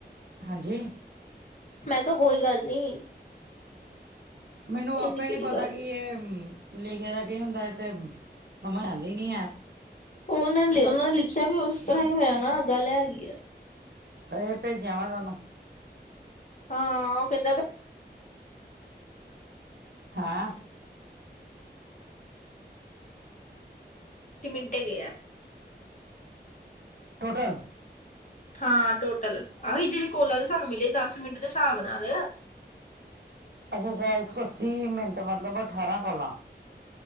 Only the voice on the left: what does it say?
ਮੈਂ ਕਿਹਾ, ਕੋਈ ਗੱਲ ਨੀ।
ਇੰਨੀ ਕਿਹੜੀ
ਗੱਲ
ਉਹਨਾਂ ਨੇ, ਉਹਨਾਂ ਨੇ ਲਿਖਿਆ ਵੀ, ਉਸ ਤਰ੍ਹਾਂ ਹੀ ਹੋਇਆ ਨਾ, ਗੱਲ ਐ ਹੈਗੀ ਹੈ।
ਹਾਂ, ਉਹ ਕਹਿੰਦਾ
<unintelligible>
ਹਾਂ, ਟੋਟਲ ਆਹੀ ਜਿਹੜੇ ਕਾਲਾਂ ਦੇ, ਸਾਨੂੰ ਮਿਲੇ ਦਸ ਮਿੰਟ ਦੇ ਹਿਸਾਬ ਨਾਲ।